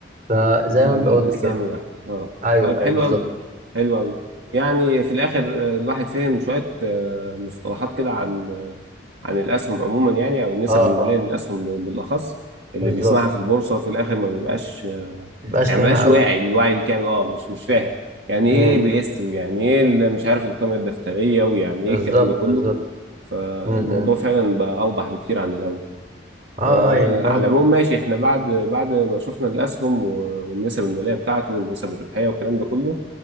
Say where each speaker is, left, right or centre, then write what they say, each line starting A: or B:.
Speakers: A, on the right (about 40°); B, on the right (about 65°).
A: فزي
B: لل-
A: ما انت قلت
B: للسهم
A: كده
B: الواحد اه
A: ايوه
B: طيب حلو
A: ايوه بالظبط
B: قوي حلو قوي يعني في الاخر آه، الواحد فهم شويه آه، مصطلحات كده عن آه، عن الاسهم عموما يعني او النسب
A: اه
B: الماليه
A: اه
B: للاسهم ب- بالاخص اللي
A: بالظبط
B: بيسمعها في البورصه وفي الاخر ما بيبقاش آه،
A: مبقاش
B: يعني
A: فاهمها
B: ما بيبقاش واعي
A: قوي
B: الوعي الكامل اه مش مش فاهم يعني
A: امم
B: ايه بيس ويعني ايه اللي مش عارف القيمه الدفتريه ويعني
A: بالظبط
B: ايه الكلام ده كله
A: بالظبط
B: فالموضوع
A: امم امم.
B: فعلا بقى اوضح بكتير عن الاول
A: اه
B: آه،
A: اه يعني فاهم
B: على العموم ماشي احنا بعد بعد ما شفنا الاسهم و- والنسب الماليه بتاعته والنسب الربحيه والكلام ده كله